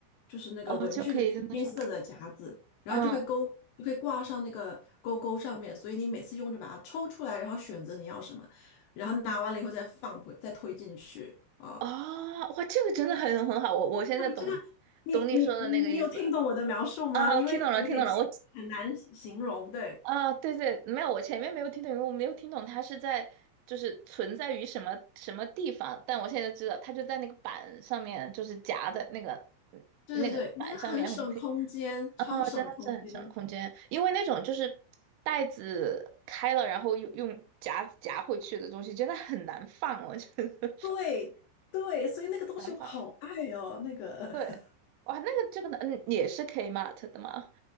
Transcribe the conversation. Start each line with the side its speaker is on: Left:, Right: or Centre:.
Left: 就是那个文具的那个黑色的夹子，
Right: 哦，就可以在那上，
Left: 然后就会勾，
Right: 嗯，
Left: 就会挂上那个勾勾上面，所以你每次用就把它抽出来，然后选择你要什么，然后拿完了以后再放回，再推进去啊。
Right: 哦，哇，这个真的很很好，我我现在懂，
Left: 那么这个你你你你有听懂我的描述吗？
Right: 懂你说的那个意思了，啊，
Left: 因为有点
Right: 我听懂了，听懂了，
Left: <laughs>
Right: 我，
Left: 很难形容，对。
Right: 啊，对对，没有，我前面没有听懂，因为我没有听懂它是在，就是存在于什么什么地方，但我现在知道，它就在那个板上面，就是夹在那个嗯那个板上面，
Left: 对对对，那个很省空间，
Right: 然后就可以。
Left: 超省空间。
Right: 啊，真的是很省空间，因为那种就是袋子开了，然后用用夹子夹回去的东西，真的很难放，我觉得
Left: 对对，所以那个东西我好爱哦，
Right: <laughs> 难放。
Left: 那个 <laughs>
Right: 对，哇，那个这个呢，嗯，也是 Kmart 的吗？